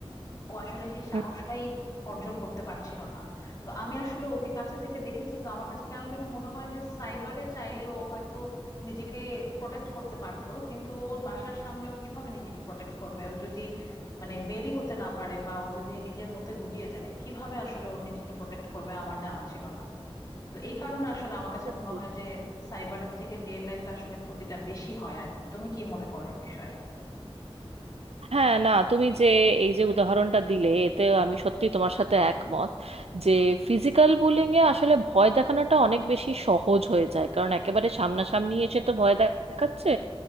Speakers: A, on the left; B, on the right.
A: ও আসলে সেই সাহসটাই
B: হুম,
A: অর্জন করতে পারছিল না তো আমি আসলে ওকে কাছে থেকে দেখেছি তো আমার কাছে কেন যেন মনে হয় যে সাইবারে চাইলে ও হয়তো নিজেকে প্রোটেক্ট করতে পারতো কিন্তু ওর বাসার সামনে ও কিভাবে নিজেকে প্রোটেক্ট করবে ও যদি মানে বেরি হতে না পারে বা ও যদি নিজের মধ্যে গুটিয়ে যায় কিভাবে আসলে ও নিজেকে প্রোটেক্ট করবে আমার জানা ছিল না তো এই কারণে আসলে আমার কাছে
B: হুম।
A: মনে হয় যে সাইবারের থেকে রিয়েল লাইফে আসলে ক্ষতিটা বেশি হয় আর কি তুমি কি মনে করো এই বিষয়ে
B: হ্যাঁ না তুমি যে এই যে উদাহরণটা দিলে এতে আমি সত্যি তোমার সাথে একমত যে ফিজিক্যাল বুলিং এ আসলে ভয় দেখানোটা অনেক বেশি সহজ হয়ে যায় কারণ একেবারে সামনাসামনি এসে তো ভয় দেখাচ্ছে